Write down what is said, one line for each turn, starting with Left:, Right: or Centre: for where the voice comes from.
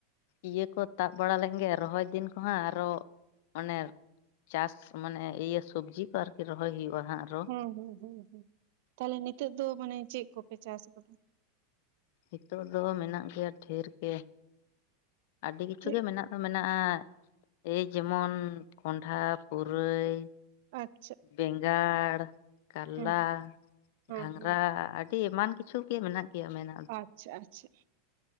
Left: ᱤᱭᱟᱹ ᱠᱚ ᱛᱟᱵ ᱵᱟᱲᱟ ᱞᱮᱱᱜᱮ ᱨᱚᱦᱚᱭ ᱫᱤᱱ ᱠᱚ ᱦᱟᱸᱜ ᱟᱨᱚ ᱚᱱᱮ ᱪᱟᱥ ᱢᱟᱱᱮ ᱤᱭᱟᱹ ᱥᱚᱵᱡᱤ ᱠᱚ ᱟᱨᱠᱤ ᱨᱚᱦᱚᱭ ᱦᱩᱭᱩᱜ-ᱟ ᱦᱟᱸᱜ
Right: ᱦᱮᱸ ᱦᱮᱸ ᱦᱩᱸ ᱦᱸ ᱛᱟᱦᱞᱮ ᱱᱤᱛᱚᱜ ᱫᱚ ᱢᱟᱱᱮ ᱪᱮᱫ ᱠᱚᱯᱮ ᱪᱟᱥ ᱠᱟᱫᱟ?
Left: ᱦᱤᱛᱚᱜ ᱫᱚ ᱢᱮᱱᱟᱜ ᱜᱮᱭᱟ ᱰᱷᱮᱨ ᱜᱮ ᱟᱹᱰᱤ ᱠᱤᱪᱷᱩ
Right: ᱪᱮᱫ
Left: ᱜᱮ ᱢᱮᱱᱟᱜ ᱫᱚ ᱢᱮᱱᱟᱜ-ᱟ ᱮᱭ ᱡᱮᱢᱚᱱ ᱠᱚᱱᱰᱷᱟ ᱯᱩᱨᱟᱹᱭ
Right: ᱟᱪ
Left: ᱵᱮᱸᱜᱟᱲ ᱠᱟᱞᱞᱟ
Right: ᱦᱮᱸ ᱦᱮᱸ
Left: ᱜᱷᱟᱸᱝᱨᱟ
Right: ᱦᱮᱸ
Left: ᱟᱹᱰᱤ ᱮᱢᱟᱱ ᱠᱤᱪᱷᱩ ᱜᱮ ᱢᱮᱱᱟᱜ ᱜᱮᱭᱟ ᱢᱮᱱᱟ
Right: ᱟᱪᱪᱷᱟ ᱟᱪᱪᱷᱟ